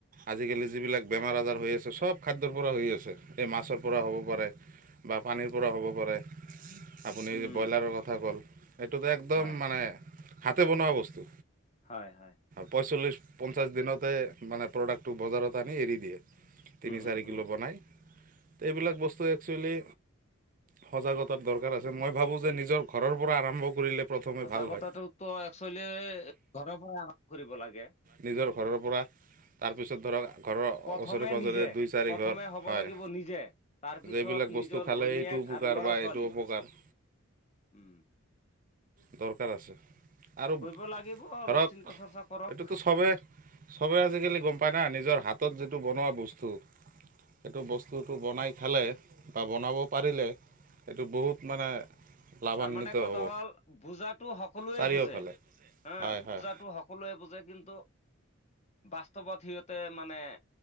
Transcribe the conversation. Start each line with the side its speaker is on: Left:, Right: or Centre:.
Right: আজিকালি যিবিলাক বেমাৰ আজাৰ হৈ আছে চ'ব খাদ্যৰ পৰা হৈ আছে। এই মাছৰ পৰা হ'ব পাৰে, বা পানীৰ পৰা হ'ব পাৰে। আপুনি
Left: উম
Right: যি ব্ৰইলাৰৰ কথা ক'ল। এইতোটো একদম
Left: হয়
Right: মানে হাতে বনোৱা বস্তু।
Left: হয় হয়
Right: পয়ৈচল্লিছ পঞ্চাছ দিনতে মানে প্ৰডাক্ট টো বজাৰত আনি এৰি দিয়ে। ঠিক তিনি
Left: উম
Right: চাৰি
Left: উম উম
Right: কিলো বনায়। এইবিলাক বস্তু একচুৱেলি সজাগতাৰ দৰকাৰ। মই ভাবোঁ যে নিজৰ ঘৰৰ পৰা আৰম্ভ কৰিলে। প্ৰথমে
Left: সজাগতাতোটো
Right: ভাল হয়
Left: একচোৱেলি ঘৰৰ পৰা আৰম্ভ কৰিব লাগে।
Right: নিজৰ ঘৰৰ পৰা। তাৰপিছত ধৰক ঘৰৰ
Left: প্ৰথমে
Right: ওচৰে পাঁজৰে
Left: নিজে
Right: দুই চাৰি
Left: প্ৰথমে
Right: ঘৰৰ
Left: হ'ব
Right: হয়।
Left: লাগিব নিজে। তাৰপিছত
Right: যে এইবিলাক বস্তু
Left: নিজৰ
Right: খালে
Left: ঘৈণীয়েক
Right: এইটো উপকাৰ
Left: আৰু ল'ৰা
Right: বা
Left: ছোৱালী
Right: এইটো অপকাৰ।
Left: উম।
Right: দৰকাৰ আছে। আৰু
Left: কৰিব লাগিব অলপ
Right: ধৰক,
Left: চিন্তা চৰ্চা কৰক
Right: এই টো চবেই, চবেই আজিকালি গম পায় না নিজৰ হাতত যিট এইটো বনোৱা বস্তু। এইটো বস্তুটো বনাই খালে, বা বনাব পাৰিলে, এইটো বহুত মানে লাভান্বিত
Left: তাৰমানে কথা
Right: হ'ব
Left: হ'ল, বুজাতো সকলোৱে
Right: চাৰিওফালে
Left: বুজে। হা,
Right: হয়
Left: বুজাতো
Right: হয়
Left: সকলোৱে বুজে কিন্তু ন্তু বাস্তৱত সিহঁতে মানে,